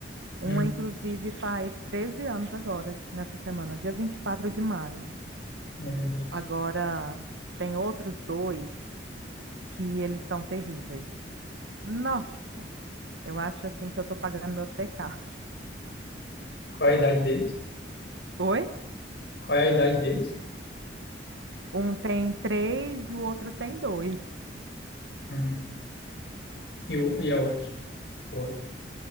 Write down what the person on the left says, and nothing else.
Hum,
Meu Deus.
Qual é a idade deles?
Qual é a idade deles?
Uhum. E, o, e a outra? Outro.